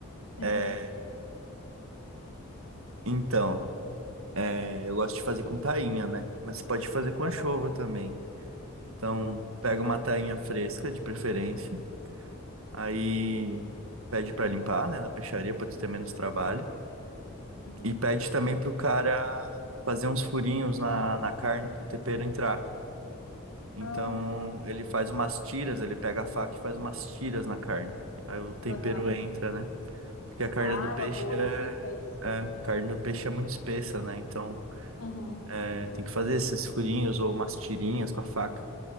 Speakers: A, on the left; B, on the right.
A: <laughs>
B: É, então, é, eu gosto de fazer com tainha, né? Mas você pode fazer com
A: Aham.
B: anchova também. Então, pega uma tainha fresca, de preferência. Aí pede pra limpar, né, na peixaria, pra tu ter menos trabalho.
A: Uhum.
B: E pede também pro cara fazer uns furinhos na, na carne pro tempero entrar. Então
A: Ah,
B: ele faz umas tiras, ele pega a faca e faz umas tiras na carne. Aí o tempero
A: aham.
B: entra, né? Porque a carne
A: Ah,
B: do peixe
A: uma boa
B: é,
A: dica isso.
B: é, a carne do peixe é muito espessa, né? Então
A: Uhum.
B: é, tem que fazer esses furinhos ou umas tirinhas com a faca.